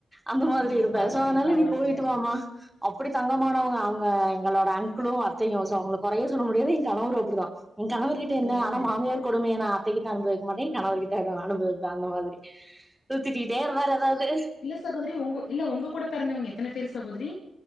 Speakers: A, in the centre; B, on the left.
A: அந்த மாதிரி
B: ஓ
A: இருப்பே
B: பரவால்லைங்க
A: எசவானாலு
B: பரவால்லைங்க
A: நீ போயிட்டுவாமா அப்டி தங்கமானவங்க அங்க எங்களோட அங்க்குளு அத்தையு சோ அவுங்ள கொறையே சொல்ல முடியாது எங் கணவரு அப்டுதா எங் கணவருகிட்ட
B: ஓ
A: என்ன ஆனா
B: செரி
A: மாமியார் கொடுமைய நா அத்தைகிட்ட அனுபவிக்க மாட்டே கணவருகிட்ட அடு அனுபவிக் த அந்த மாதிரி உ திட்டிகிட்டே இருந்தாரு எதாவ்து
B: சகோதிரி ஒங்கோ இல்ல ஒங்க கூடப் பெறந்தவங்க எத்தன பேரு சகோதிரி